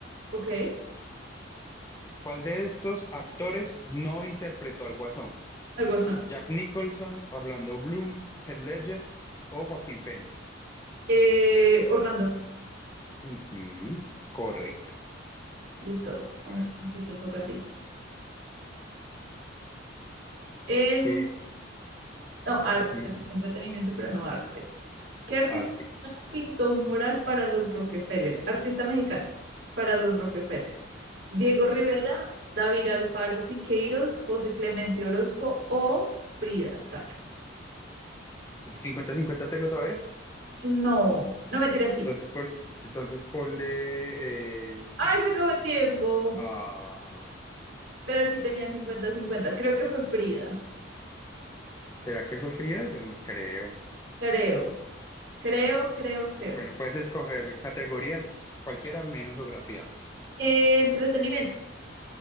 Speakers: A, on the right; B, on the left.
A: Ok,
B: ¿Cuál de estos actores no interpretó al Guasón?
A: al guasón.
B: ¿Jack Nicholson, Orlando Bloom, Heath Ledger o Joaquín Phoenix?
A: Eh, Orlando,
B: Ujú, correcto.
A: listo. Vamos,
B: A ver,
A: que te toca a ti. En,
B: ¿qué?
A: no, arte,
B: ujú,
A: entretenimiento, pero no arte. ¿Qué artista
B: arte.
A: mexicano pintó un mural para los Rockefeller? Artista mexicano, para los Rockefeller. Diego Rivera,
B: Sí.
A: David Alfaro Siqueiros, José Clemente Orozco o Frida Kahlo.
B: 50-50 tengo todavía.
A: No, no me tira así.
B: Entonces, pon- entonces ponle... eh,
A: Ay, se acabó el tiempo.
B: ah,
A: Pero sí tenía cincuenta-cincuenta, Creo que fue Frida.
B: ¿será que fue fría? Yo no creo.
A: Creo, creo, creo, creo.
B: Bueno, puedes escoger categoría cualquiera menos geografía.
A: Eh, entretenimiento.